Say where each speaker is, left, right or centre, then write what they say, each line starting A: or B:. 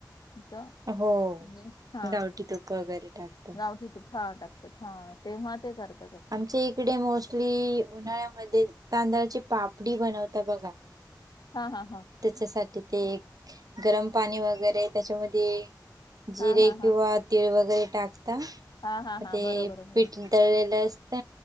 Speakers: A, on the left (about 65°); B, on the right (about 55°).
A: त
B: हो
A: म्हणजे छान
B: गावठी तूप वगैरे टाकता
A: गावठीच छान टाकतात छान. तेव्हा ते करता करता.
B: आमच्या इकडे मोस्टली उन्हाळ्यामध्ये तांदळाची पापडी बनवता बघा.
A: हां हां हां
B: त्याच्यासाठी ते एक गरम पाणी वगैरे त्याच्यामध्ये जिरे
A: हा हा
B: किंवा
A: हा
B: तीळ वगैरे टाकता.
A: हा हा हा
B: ते
A: बरोबर
B: पिट तळलेल असत.